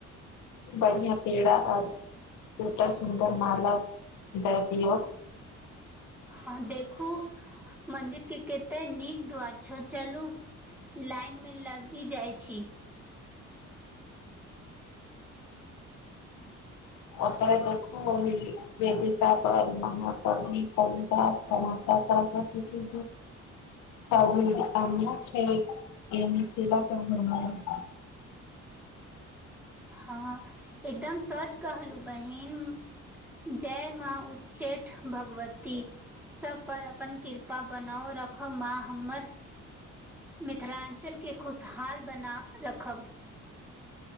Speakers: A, on the left; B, in the centre.
A: बढ़िया पेड़ा आऔर दूटा सुन्दर माला द दियौ।
B: हँ देखू मन्दिर के कते नीक द्वार छौ चलू। लाइन मे लगी जाइ छी।
A: ओतय देखकह। वेदिका पर मह कवि कालिदास कर मसि। <unintelligible>
B: हँ एकदम सच कहलहु बहिन जय माँ उ। उचेठ भगवती। सब पर अपन कृपा बनाओ रखब माँ हमर। मिथिलाञ्चलके खुशहाल बना रखब।